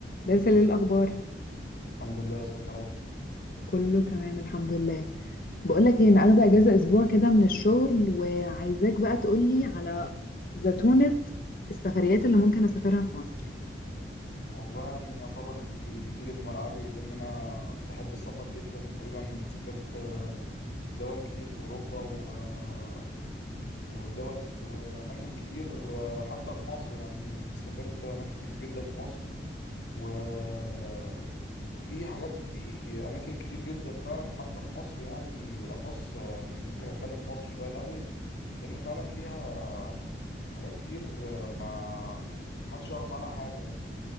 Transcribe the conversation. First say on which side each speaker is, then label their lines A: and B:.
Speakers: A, on the left; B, on the left.
A: بس ايه الاخبار
B: الحمد لله ازيك يا رضوى
A: كله تمام الحمد لله بقولك ايه انا اخده اجازه اسبوع كده من الشغل وعايزاك بقى تقولي على زتونه السفريات اللي ممكن اسافرها في مصر
B: والله يعني يعتبر انت جيتيلي في ملعبي لان انا بحب السفر جدا وتقريبا سافرت آه، دول كتير في اوروبا و... آه، ودول كت... واماكن كتير آه، حتى في مصر يعني سافرت اماكن كتير جدا في مصر وفي حاجات في اماكن كتير جدا فعلا حتى في مصر يعني بالاخص آه، يعني ممكن اتكلم في مصر شوية الاول لان فعلا فيها حاجات كتير آه، ما محدش يعرف عنها حاجة مثلا